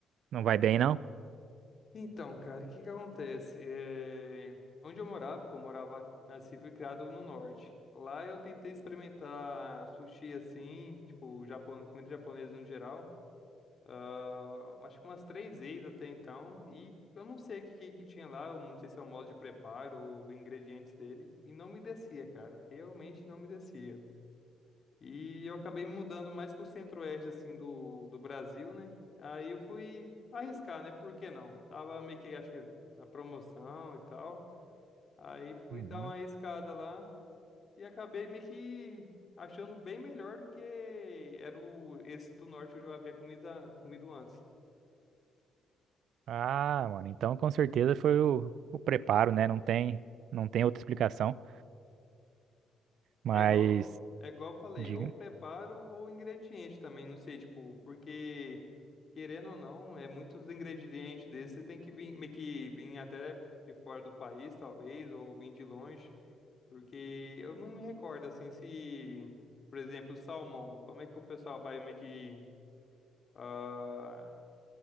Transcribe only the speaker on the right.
não vai bem, não?
Uhum.
Ah, mano, então com certeza foi o, o preparo, né? Não tem, não tem outra explicação. Mas,
diga,